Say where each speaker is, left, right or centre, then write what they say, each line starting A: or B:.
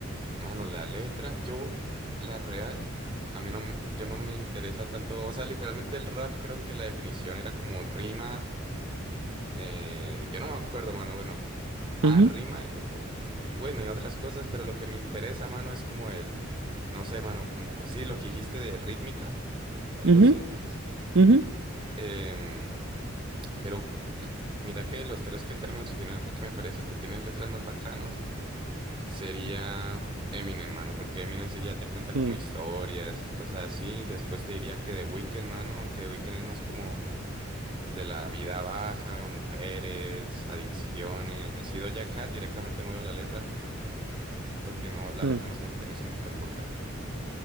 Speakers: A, on the right; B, on the right.
A: mano, la letra, yo, la real, a mí no, m- yo no me interesa tanto, o sea, literalmente el rap creo que la definición era como rima, eh, yo no me acuerdo, mano, bueno, Ah,
B: Ujú,
A: rima y, y bueno, y otras cosas, pero lo que me interesa, mano, es como el, no sé, mano, como, sí, lo que dijiste de rítmica, l- algo
B: ujú,
A: así dijiste.
B: ujú,
A: Em, pero l- mira que de los tres que te mencioné, el que me parece que tiene letras más bacanos sería Eminem, mano, porque Eminem sí ya te cuenta como
B: mm,
A: historias y cosas así. Después te diría que The Weeknd, mano, aunque The Weeknd es más como de la vida baja, mujeres, adicciones. Y Doja Cat directamente no veo la letra, Creo que no, la
B: mm.
A: letra no es como que tenga un significado importante.